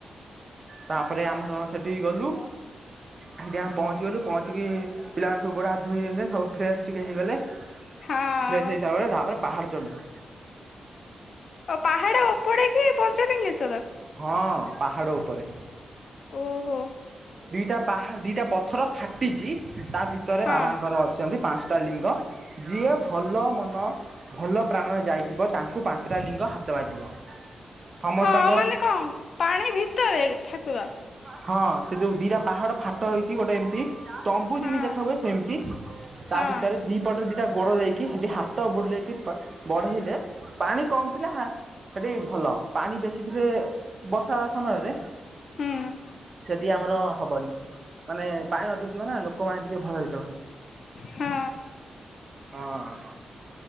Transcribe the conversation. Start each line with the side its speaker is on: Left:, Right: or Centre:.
Right: ତାପରେ ଆମର ସେଠି ଗଲୁ ସେଠି ପହଞ୍ଚିଗଲୁ ପହଞ୍ଚିକି ପିଲାମାନେ ସବୁ ଗୋଡ଼ା ହାତ ଧୋଇଗଲେ ସବୁ ଫ୍ରେଶ୍ ଟିକିଏ ହେଇଗଲେ ଫ୍ରେଶ
Left: ହଁ
Right: ହିସାବରେ ତାପରେ ପାହାଡ ଚଢିଲୁ
Left: ଓ ପାହାଡ ଉପଡେ କି ପଞ୍ଚଲିଙ୍ଗେଶ୍ୱର
Right: ହଁ ପାହାଡ ଉପରେ
Left: ଓହୋ
Right: ଦିଟା ପାହା ଦିଟା ପ ପଥର ଫାଟିଛି ତା ଭିତରେ
Left: ହଁ
Right: ବାବାଙ୍କର ଛନ୍ତି ପାଞ୍ଚଟା ଲିଙ୍ଗ ଯିଏ ଭଲ ମନ ଭଲ ପ୍ରାଣରେ ଯାଇଥିବ ତାଙ୍କୁ ପାଞ୍ଚଟା ଲିଙ୍ଗ ହାତ ବାଜିବ। ସମସ୍ତଙ୍କ
Left: ହଁ ମାନେ କଣ ପାଣି ଭିତରେ ଠାକୁର?
Right: ହଁ ସେ ଯୋଉ ଦିଟା ପାହାଡ ଫାଟ ହେଇଛି ଗୋଟେ ଏମତି ତମ୍ବୁ
Left: ହଁ
Right: ଯେମିତି ଦେଖା ହୁଏ ସେମିତି ତା
Left: ହଁ
Right: ଭିତରେ ଦି ପଟରେ ଦିଟା ଗୋଡ ଦେଇକି କି ହେଠି ହାତ ବୁଲେଇକି ବଢେଇଲେ ପାଣି କମ ଥିଲା ସେଠି ଭଲ ପାଣି ବେଶି ଥିଲେ ବର୍ଷା ସମୟରେ
Left: ହଁ।
Right: ସେଠି ଆମର ହବନି ମାନେ ପାଣି ଅଧିକ ଥିବ ନା ଲୋକମାନେ ଟିକେ ଭୟଭୀତ ହେବେ।
Left: ହଁ
Right: ହଁ।